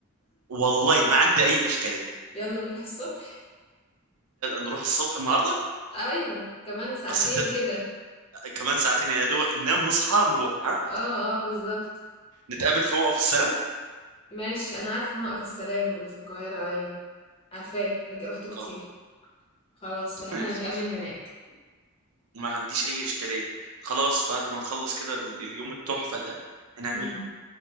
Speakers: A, on the right; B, on the left.
A: والله ما عندي اي اشكاليه
B: يالّا نروح الصبح؟
A: نروح الصبح النهارده
B: أيوه، كمان ساعتين
A: بس ت...
B: كده.
A: كمان ساعتين يا دوبك ننام نصحى نروح ها
B: آه، آه، بالضبط.
A: نتقابل في موقف السلام
B: ماشي، أنا عارفة موقف السلام اللي في القاهرة أيوه، عارفاه، باجي رُحته
A: اه
B: كتير. خلاص، إحنا
A: <laughs>
B: هنتقابل هناك.
A: ما عنديش اي اشكاليه خلاص بعد ما نخلص كده ال- اليوم التحفه ده هنعمله
B: إمم.